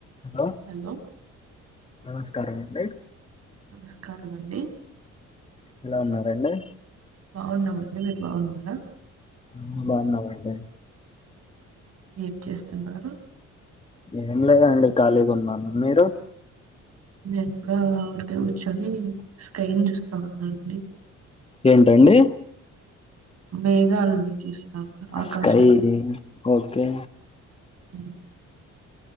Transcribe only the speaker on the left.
hello
నమస్కారం అండి
ఎలా ఉన్నారండి
ఉమ్ బాగున్నామండి
ఏం లేదండి ఖాళీగా ఉన్నాను మీరు
ఏంటండి
స్కై ఓకే